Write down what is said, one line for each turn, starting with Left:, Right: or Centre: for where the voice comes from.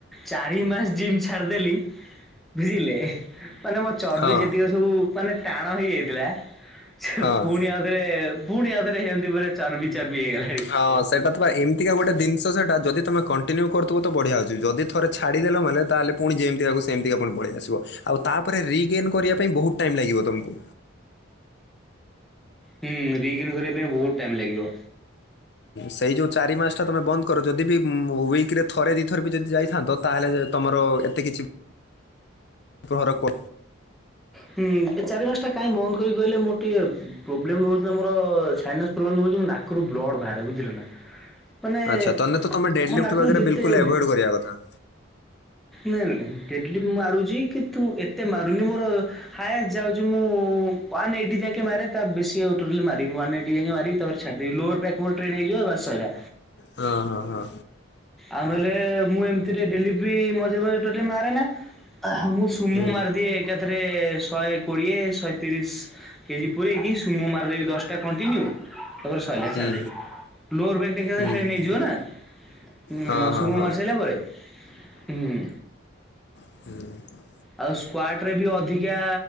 Centre: ଚାରି ମାସ ଜିମ ଚା ଛାଡି ଦେଲି। ବୁଝିଲେ ମାନେ ମୋ ଚର୍ବି
Left: ହଁ
Centre: ଯେତିକି ସବୁ ମାନେ ଟାଣ ହେଇଯାଇଥିଲା। ସେ
Left: ହଁ
Centre: ପୁଣି ଆଉଥରେ ପୁଣି ଆଉଥରେ ହେମିତି ଆଉଥରେ ଚାରବି ଚାରବି ହେଇଗଲା।
Left: ହଁ ସେଇଟା ତ ଏମିତିକା ଗୋଟେ ଜିନିଷ ସେଟା ଯଦି ତମେ କଣ୍ କଣ୍ଟିନ୍ୟଉ ତ ବଢ଼ିଆ ଅଛି ଯଦି ଥରେ ଛାଡ଼ିଦେଲ ମାନା ତାହଲେ ପୁଣି ଯେମିତିକାକୁ ସେମିତି ପୁଣି ପଳେଇ ଆସିବ। ଆଉ ତାପରେ ରିଗେନ୍ କରିବା ପାଇଁ ବହୁତ ଟାଇମ ଲାଗିବ ତମକୁ।
Centre: ହୁଁ <unintelligible> କରିବା ପାଇଁ ବହୁତ ଟାଇମ ଲାଗିବ।
Left: ସେଇ ଯୋଉ ଚାରି ମାସ ଟା ତମେ ବନ୍ଦ କର ଯଦି ବି ୱିକ ରେ ଥରେ ଦିଥରେ ବି ଯଦି ଯାଇଥାନ୍ତ। ତାହେଲେ ତମର ଏତେ କିଛି ଘର କୋ
Centre: ହୁଁ ଏ ଚାରି ମାସ ଟା କାହିଁ ବନ୍ଦ କରି କହିଲେ ମୋର ଟିକେ ପ୍ରୋବ୍ଲେମ ରହୁଛି ମୋର <unintelligible> ପ୍ରୋବ୍ଲେମ୍ ହେଉଛି ମୋ ନାକରୁ ବ୍ଲଡ଼୍ ବାହାରେ ବୁଝିଲ ନା। ମାନେ
Left: ଆଚ୍ଛା ତମେ ତ ତମ ଡେଲି
Centre: ମୋ
Left: <unintelligible>
Centre: ନାକରୁ ଯେତେ
Left: ବିଲକୁଲଆଭଏଡ କରିବା କଥା।
Centre: ନାଇଁ ନାଇଁ ଡେଲି ମୁଁ ମାରୁଛି କିନ୍ତୁ ଏତେ ମାରୁନି ମୋର। ହାଏ ଯାଉଛି ମୁଁ ୱାନ୍ ଏଇଟି ଜାକେ ମାରେ ତା ବେଶୀ ଆଉ ଟୋଟଲ <unintelligible> ମାରିବି ତାପରେ ଛାଡିଦେବୀ <unintelligible> ନେଇଯିବ ବସ୍ ସଇଲା।
Left: ହଁ ହଁ ହଁ।
Centre: ଆଉ ନହେଲେ ମୁଁ ଏମିତିରେ ଡେଲି ବି ମଝିରେ ମଝିରେ ଟୋଟାଲ୍ ମାରେନା। ମୁଁ ସୁମ
Left: ହୁଁ
Centre: ମାରିଦିଏ ଏକାଥରେ ଶହେ କୋଡ଼ିଏ ଶହେ ତିରିଶ। କେଜି ପୁରଇକି ସୁୁଙ୍ଗ ମାରିଦେବି ଦଶଟା କଣ୍ଟିନ୍ୟୁ ତାପରେ ସଇଲା
Left: ହୁଁ
Centre: ଛାଡିଦେବି। ଲୋର <unintelligible>
Left: ହୁଁ ହୁଁ, ହୁଁ।
Centre: ନେଇଯିବ ନା। ହୁଁ
Left: ହଁ
Centre: ଆଉ
Left: ହଁ
Centre: ଶୁମ
Left: ହଁ।
Centre: ମାରି ସାରିଲା ପରେ ହୁଁ।
Left: ହୁଁ।
Centre: ଆଉ ସ୍କ୍ୱଟ୍ ରେ ବି ଅଧିକା